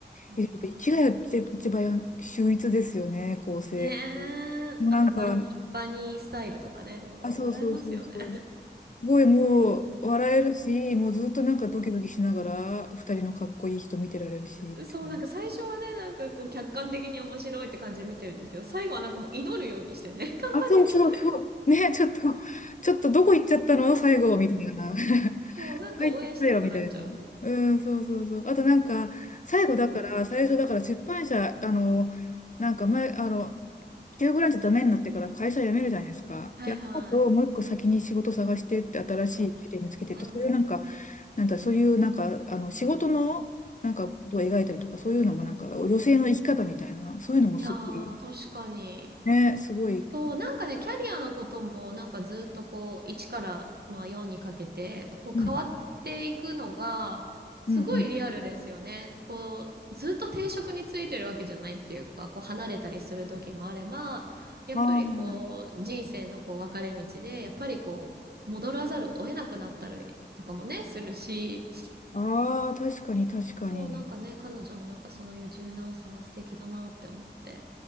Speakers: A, on the right; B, on the left.
A: うん、
B: えやっぱ1がやっぱ一番秀逸ですよね、構成。
A: ねえ、
B: も
A: あの、
B: うなんか、
A: バニー、バニースタイルとかね、もう笑えますよね。
B: あ、そうそうそうそう。すごいもう笑えるし、もうずっとなんかドキドキしながら、二人のかっこいい人見てられるしっていう
A: <laughs> そう、なんか最初はね、なんかこう客観的に面白いって感じで見てるんですけど、最後はなんかもう祈るようにしてね、<laughs> 頑張れみたいな。
B: あ、そうそうそう。ね、ちょっと、ちょっとどこ行っちゃったの最後、みたいな。<laughs>
A: そう、なんか応援したくなっちゃうんです。
B: 入ってきたよ、みたいな。うん、そうそうそう。あとなんか、最後だから、
A: うん。
B: 最初だから出版社、あの、なんか前、あの、休グランじゃダメになってから会社辞めるじゃないですか。
A: はいはい。
B: で、あともう一個先に仕事探してって新しい経験見つけてって、
A: うん。うん。
B: そういうなんかなんかそういうなんかあの仕事のなんかことを描いたりとかそういうのもなんか女性の生き方みたいなそういうのもすごい
A: うん。いやー、確かに。
B: ねすごい
A: そう、なんかね、キャリアのことも、なんかずっとこう、1から、まあ、4にかけて、こう、
B: うん
A: 変わっていくのが、すごいリアルですよね。
B: うんうん
A: こう、ずっと定職についてるわけじゃないっていうか、こう、離れたりする時もあれば、やっぱりこう、
B: あ
A: 人生のこう、分かれ道で、やっぱりこう、戻らざるを得なくなったりとかもね、するし、
B: あああ確かに確かに
A: そう、なんかね、彼女のなんかそのいう柔軟さが素敵だなって思って。